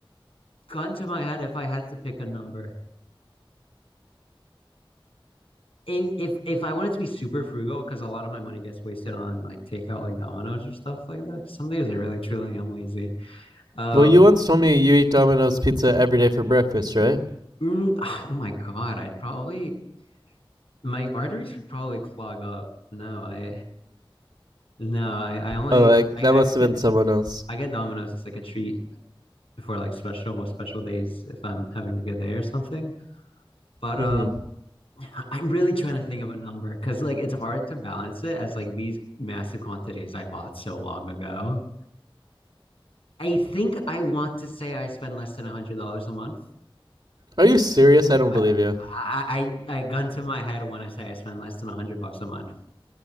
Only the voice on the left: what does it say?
gun to my head if I had to pick a number. If if if I wanted to be super frugal, because a lot of my money gets wasted on like takeout, like Domino's or stuff like that. 'cause some days I really truly am lazy. Uh,
mm, <sighs> oh my God, I'd probably my arteries would probably clog up. No, I no, I I only
I
I
get
I get Domino's. It's like a treat for like special special days if I'm having a good day or something. But
um, I'm really trying to think of a number because like it's hard to balance it as like these massive quantities I bought so long ago. I think I want to say I spend less than a hundred dollars a month.
I,
I I I gun to my head when I say I spend less than a hundred bucks a month.